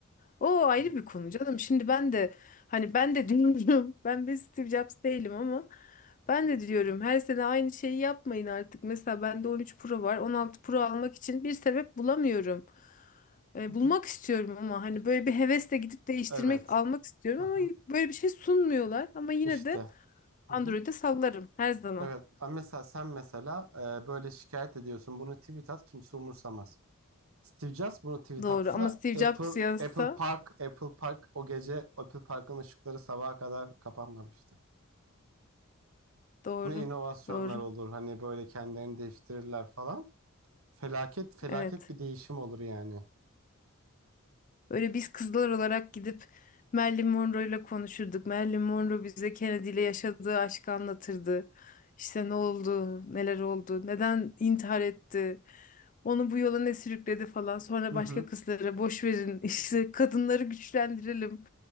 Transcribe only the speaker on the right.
Hı hı,
hı
hı.
Hı
hı.
Evet.
Hı
hı.
İşte.
Hı
hı.
Evet. Ama mesela sen mesela e, böyle şikayet ediyorsun. Bunu tweet at kimse umursamaz. Steve Jobs bunu tweet
atsa
Apple
Apple Park Apple Park o gece Apple Park'ın ışıkları sabaha kadar kapanmamıştı.
Ne inovasyonlar
olur hani böyle kendilerini değiştirirler falan. Felaket felaket
bir değişim olur yani.
Hı
hı.